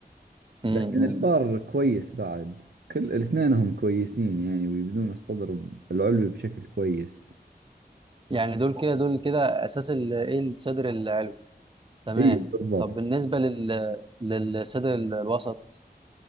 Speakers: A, on the right; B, on the right.
A: امم
B: لكن البار كويس بعد كل الاثنين هم كويسين يعني ويبدون الصدر العلوي بشكل كويس
A: يعني دول كده دول كده اساس ال- ايه الصدر العلوي تمام
B: اي بالضبط
A: طب بالنسبه لل للصدر ال- الوسط